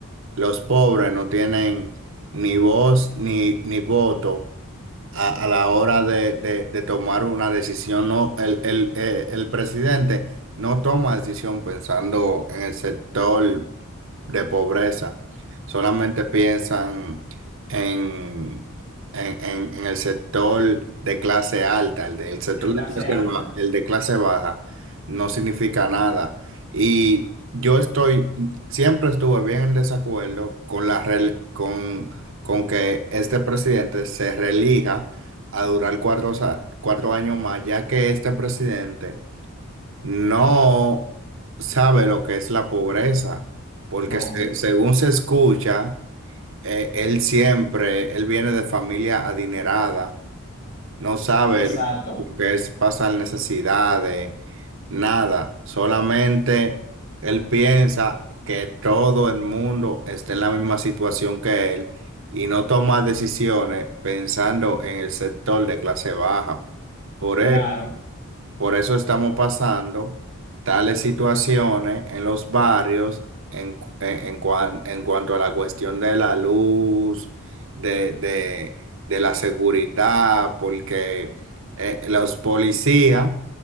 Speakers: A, on the right; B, on the left.
A: Los pobres no tienen ni voz ni, ni voto a, a la hora de, de- de tomar una decisión. No, el, el, eh, el presidente no toma decisión pensando en el sector de pobreza. Solamente piensan en, en, en- en el sector de clase alta, el del sector
B: de clase
A: de clase
B: alta.
A: baja, el de clase baja no significa nada. Y yo estoy, siempre estuve bien en desacuerdo con la rel- con, con que este presidente se reelija a durar cuatro, sa- cuatro años más, ya que este presidente no sabe lo que es la pobreza, porque
B: No.
A: se- según se escucha, eh, él siempre, él viene de familia adinerada, no sabe
B: Exacto,
A: lo lo que es pasar necesidades, nada, solamente él piensa que todo el mundo está en la misma situación que él y no toma decisiones pensando en el sector de clase baja. Por
B: claro.
A: eso, por eso estamos pasando tales situaciones en los barrios en, cu- en, en cuan- en cuanto a la cuestión de la luz, de, de- de la seguridad, porque eh, los policías